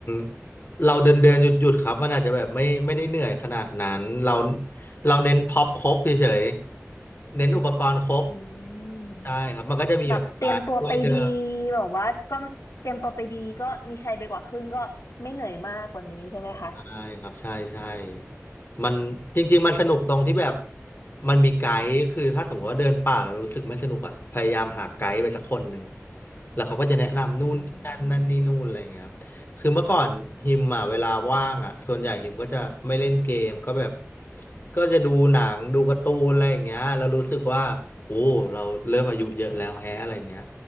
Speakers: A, on the left; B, on the left.
A: ๆเราเดินเดินหยุดหยุดๆครับมันอาจจะแบบไม่ไม่ได้เหนื่อยขนาดนั้นเราเราเน้นพ็อปครบเฉย เน้นอุปกรณ์ครบ
B: อืม
A: ใช่ครับมันก็จะมีแบบไม้ช่วยเดิ
B: แบบเตรียมตัวไปดีแบบว่าก็เตรียมตัวไปดีก็มีชัยไปกว่าครึ่งก็ไม่เหนื่อยมากกว่านี้ใช่ไหมคะ
A: ใช่ครับใช่ใช่มันจริงๆมันสนุกตรงที่แบบมันมีไกด์คือถ้าสมมติว่าเดินป่าแล้วรู้สึกไม่สนุกอ่ะพยายามหาไกด์ไปสักคนหนึ่งแล้วเขาก็จะแนะนำนู่นนี่นั่นนั่นนี่นู่นอะไรอย่างเงี้ยครับคือเมื่อก่อนฮิมอ่ะเวลาว่างอ่ะส่วนใหญ่ฮิมก็จะไม่เล่นเกมก็แบบ
B: อื
A: ก็จะดูหนังดูการ์ตูนอะไรอย่างเงี้ยแล้วรู้สึกว่าโอ้เราเริ่มอายุเยอะแล้วแฮะอะไรอย่างเงี้ย